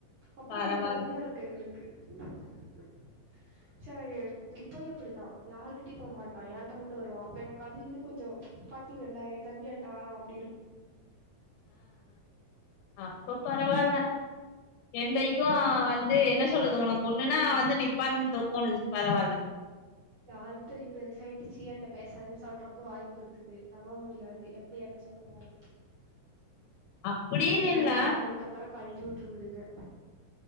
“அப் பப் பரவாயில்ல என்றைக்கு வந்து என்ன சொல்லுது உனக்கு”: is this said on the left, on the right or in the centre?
Left